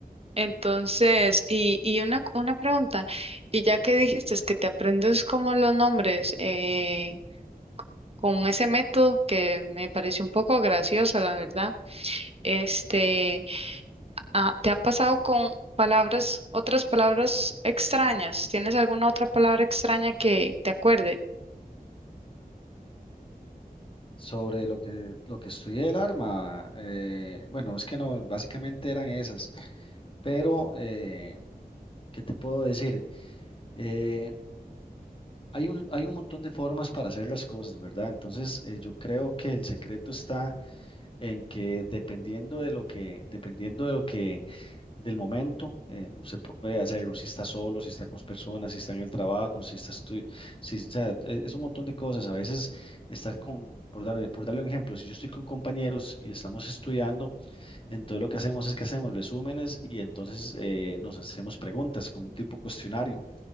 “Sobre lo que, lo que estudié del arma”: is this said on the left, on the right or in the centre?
Left